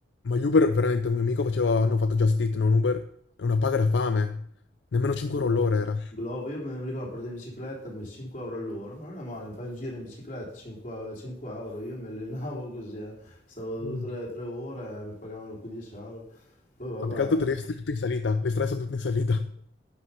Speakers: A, on the left (about 70°); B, on the left (about 45°).
A: Ma gli Uber, veramente, un mio amico faceva, hanno fatto Just Eat, non Uber, è una paga da fame. Nemmeno 5
B: Glovo.
A: euro all'ora era.
B: Glovo, io me ne ricordo, partito in bicicletta, mi- 5 euro all'ora, ma non è male, fai un giro in bicicletta, 5, 5 euro, io mi allenavo <laughs> così, eh. Stavo 2-3
A: Mm.
B: ore, eh, mi pagavano 15 euro, poi
A: Ma
B: vabbè,
A: più che altro Trieste è tutta in salita, le strade sono tutte in salita.